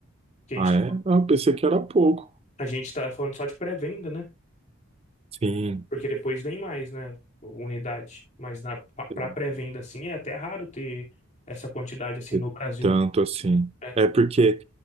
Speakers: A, on the left; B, on the right.
A: Que a
B: Ah,
A: gente,
B: é? Ah, eu pensei que era pouco.
A: a gente tá falando só de pré-venda, né?
B: Sim.
A: Porque depois vem mais, né? Unidade. Mas na, pra pra
B: é.
A: pré-venda, assim, é até raro ter essa quantidade assim
B: E
A: no Brasil.
B: Tanto assim.
A: né?
B: É porque,